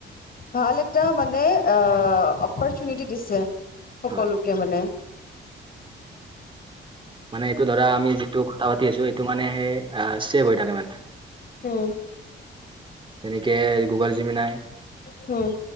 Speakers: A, on the left; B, on the right.
A: ভাল এটা মানে অ', অপৰচুনিটি দিছে সকলোকে
B: হয়
A: মানে।
B: মানে এইটো ধৰা আমি যিটো কথা পাতি আছো এইটো মানে অ', ছেভ হৈ থাকে মানে।
A: উম।
B: তেনেকে গুগল জিমনাই
A: হুম।